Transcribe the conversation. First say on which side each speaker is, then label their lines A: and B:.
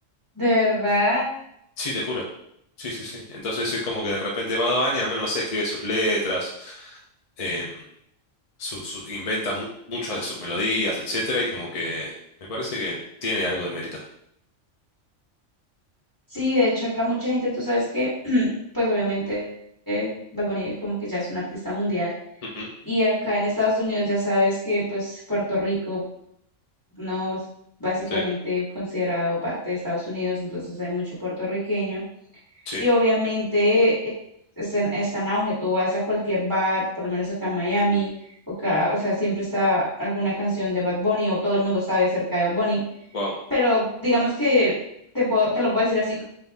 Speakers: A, on the left (about 15°); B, on the left (about 40°).
A: de verdad.
B: Sí, te juro. Sí, sí, sí. Entonces eso es como que de repente va Bunny, al menos no sé, escribe sus letras, em, su- sus- inventa mu- muchas de sus melodías, etcétera, y como que me parece que tiene algo de mérito.
A: Sí, de hecho acá mucha gente, tú sabes que <clears throat> pues obviamente eh, Bad Bunny como que ya es un artista mundial.
B: Ujú,
A: Y acá en Estados Unidos ya sabes que pues Puerto Rico no es básicamente
B: Sí,
A: considerado parte de Estados Unidos, entonces hay mucho puertorriqueño
B: sí.
A: y obviamente eh, está en, está en auge, tú vas a cualquier bar, por lo menos acá en Miami, o, ca-
B: Mm,
A: o sea, siempre está alguna canción de Bad Bunny o todo el mundo sabe acerca de Bad Bunny,
B: wow.
A: pero digamos que te puedo, te lo puedo decir así